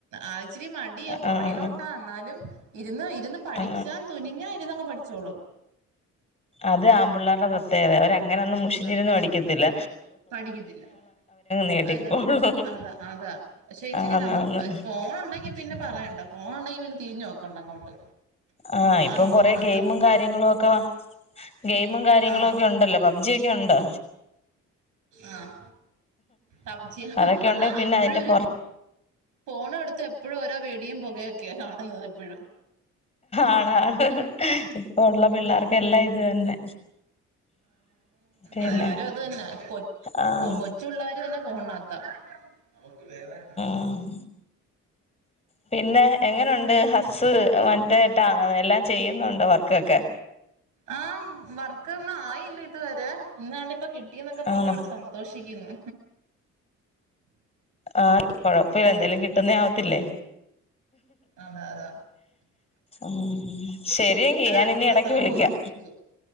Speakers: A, on the right (about 80°); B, on the left (about 20°).
A: ആളിച്ചിരി മടിയാ പുറകിലോട്ടാ
B: ആ ആ
A: എന്നാലും ഇരുന്ന് ഇരുന്ന് പഠിച്ചാൻ
B: ആ
A: തുനിഞ്ഞാ ഇരുന്നങ്ങ് പഠിച്ചോളും
B: അത് ആംപിള്ളേരുടെ പ്രത്യേകത അവ അങ്ങനെ ഒന്നും മുഷിഞ്ഞിരുന്ന്
A: ആഹ്
B: പടിക്കത്തില്ല
A: പഠിക്കത്തില്ല
B: നേടിക്കോളും
A: അഇരുന്നങ് പഠിക്കും അതാ അതാ പക്ഷെ ഇച്ചിരി
B: ആന്ന്
A: നമ്മള്
B: ആന്ന്
A: ഫോൺ ഉണ്ടെങ്കി പിന്നെ പറ യണ്ട ഫോൺണ്ടെങ്കിൽ പിന്നെ തിരിഞ്ഞു നോക്കണ്ട അങ്ങോട്ട്
B: ആ ഇപ്പം
A: ആള് ഫോണിനകത്താ
B: കൊറേ ഗെയിമും കാര്യങ്ങളും ഒക്കെ വ ഗെയിമും കാര്യങ്ങളും
A: ആഹ്
B: ഒക്കെ ഉണ്ടല്ലോ പബ്ജി ഒക്കെ ഉണ്ടോ
A: ആഹ് പബ്ജിയാ
B: അതൊക്കെ
A: അതാ
B: ഉണ്ട് പിന്നെ
A: എപ്പഴും
B: അതിന്റെ
A: ഒരു
B: പൊറ
A: പോണെടുത്ത് എപ്പഴും ഓരോ വെടിയും പുകയൊക്കെ ക്കെ കാണുന്നത് എപ്പഴും
B: ആണാണ് ഇപ്പൊ ഉള്ള പിള്ളേർക്കെല്ലാം ഇത് തന്നെ പിന്നെ
A: എല്ലാരും അത് തന്നെ കൊച്ചു
B: ആഹ്
A: പിള്ളേര് തന്നെ ഫോണിന ക നമുക്ക് വേറെട്ടാ
B: ആം പിന്നെ എങ്ങനു ഹെ ഹസ്സ് മറ്റേ ട്ടാ എല്ലാം ചെയ്യുന്നുണ്ട് വർക്കൊക്കെ
A: ആഹ് വർക്കൊന്നും ആയില്ല ഇതുവരെ ഇന്നാണ്ട് ഇപ്പ കിട്ടിയെന്നൊക്കെ പറഞ്ഞു
B: ആണോ
A: ഇവിടെ സന്തോഷിക്കുന്നു
B: ആഹ് കൊഴപ്പഇല്ല എന്തേലും കിട്ടുന്നേ ആവത്തില്ലേ
A: അതെ അതെ
B: ഉം ശരിയെങ്കി
A: അല്ല
B: ഞാൻ
A: അടുത്ത
B: ഇനി
A: മാസം
B: ഇടക്ക്
A: അങ്ങ്
B: വിളിക്കാ
A: പോവാൻ വേണ്ടിക്ക്